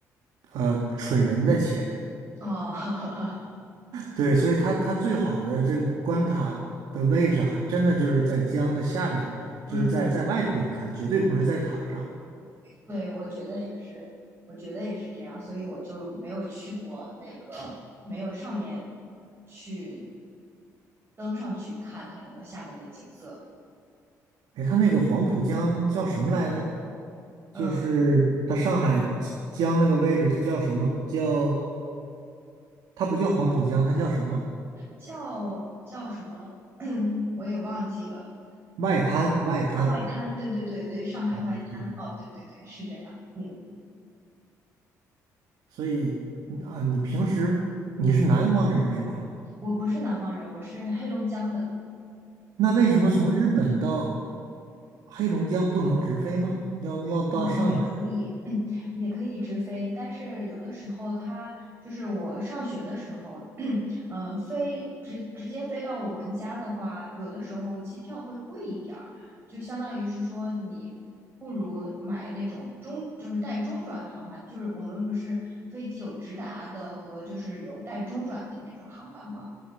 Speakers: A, on the right; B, on the right.
A: 呃蠢人的钱，
B: 哦，<laughs>
A: 对，所以它它最好的这个关塔的位置还真的就是在江的下边，就是在在外边看，
B: 嗯嗯，
A: 绝对不是在塔上。
B: 对，我觉得也是，我觉得也是这样，所以我就没有去过那个，没有上面去登上去看它那个下面的景色。
A: 哎，它那个黄浦江叫什么来的？就是它上海江那个位置，
B: 嗯。
A: 它叫什么？叫它不叫黄浦江，它叫什么？
B: 叫叫什么？<clears throat> 我也忘记了。
A: 外滩，外滩
B: 啊，外滩，对对对对，上海外滩。
A: 啊，对，
B: 哦，对对对，是这样。嗯，
A: 所以嗯啊，你平时你是南方人是吧？
B: 我不是南方人，我是黑龙江的。
A: 那为什么从日本到黑龙江不能直飞吗？要要到上海
B: 嗯，也。嗯，也可以直飞，但是有的时候它就是我上学的时候，<clears throat> 嗯，飞直直接飞到我们家的话，有的时候机票会贵一点儿，就相当于是说你不如买那种中，就是带中转航班，就是我们不是飞机有直达的和就是有带中转的那种航班嘛，